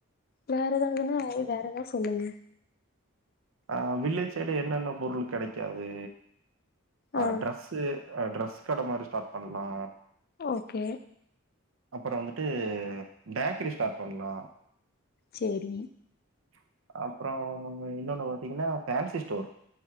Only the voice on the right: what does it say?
ஆஹ் வில்லேஜ் சைடு என்னென்ன பொருளு கெடைக்காது ஆஹ்
டிரெஸ்ஸு ஆஹ் ட்ரெஸ் கட மாரி ஸ்டார்ட் பண்லா
அப்றோ வந்துட்டு பேக்கரி ஸ்டார்ட் பண்லா
ச்சு அப்ப அப்புறோ இன்னொன்னு பார்த்தீங்கன்னா போன்சி ஸ்டோர்